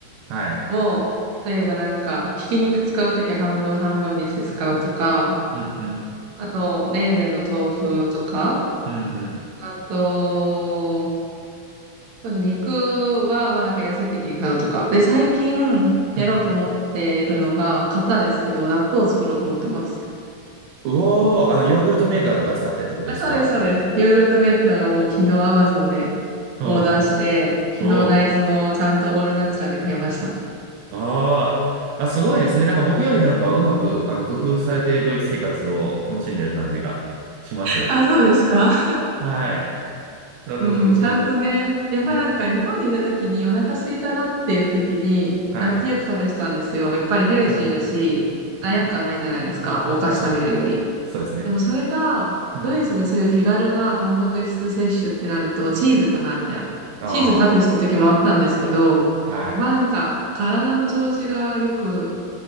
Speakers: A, on the right; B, on the right.
A: はい。
B: を、例えばなんか、ひき肉使うとき半分半分にして使うとか、
A: うん、うん。
B: あと、レーベンの豆腐とか、
A: うん、うん。
B: あと、そうですね。肉は、まあなんか安い時に買うとか。で、最近やろうと思ってるのが、
A: うん。
B: 買ったんですけど、納豆を作ろうと思ってます。
A: うおー、あの、ヨーグルトメーカーとか使ってってことですか
B: あ、そうです、そうです。ヨーグルトメーターを昨日 Amazon でオーダーして、
A: おー、
B: 昨日大豆もちゃんとオールナチュラで買いました。
A: おー、あー。あ、すごいですね。なんか僕よりなんかうまく、あの、工夫されてドイツ生活を楽しんでる感じがします。
B: あ、そうですか。
A: はい。そうそうそうそ
B: うん、ちゃんとね、やっぱなんか日本にいた時にお腹空いたなっていう時に、
A: う。うん。はい。
B: 納豆よく食べてたんですよ。やっぱりヘルシーだし、
A: うんうん。
B: 罪悪感ないじゃないですか、
A: うんうん。
B: お菓子食べるより。
A: 確かに。そうですね。
B: でもそれが、
A: うん。
B: ドイツでそういう手軽なタンパク質摂取ってなると、チーズかなみたいな。
A: あ
B: チーズ食べてた時もあったんですけど、
A: あ、はい。
B: やっぱなんか、体の調子がよく